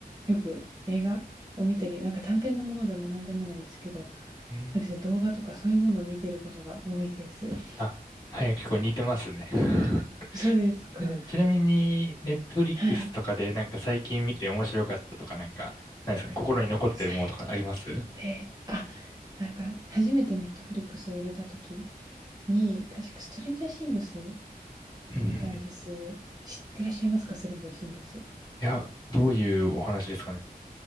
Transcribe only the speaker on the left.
うん。
あ、はい、結構似てますね。<laughs>
えちなみに、ネットフリックスとかでなんか最近見て面白かったとかなんか、
ないですかね。心に残ってるものとかありますうん
うんうん
いや、どういうお話ですかね。